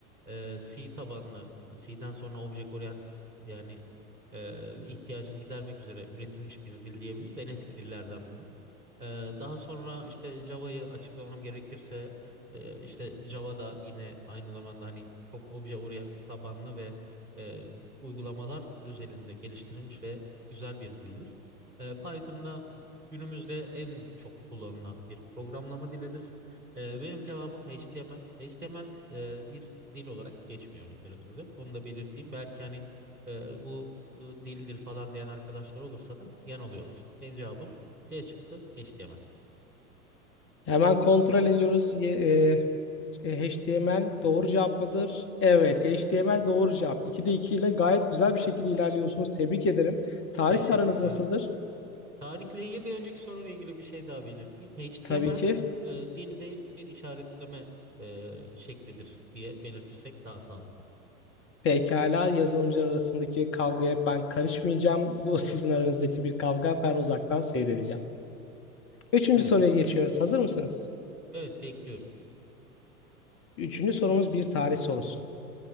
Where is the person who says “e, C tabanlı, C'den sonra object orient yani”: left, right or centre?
Right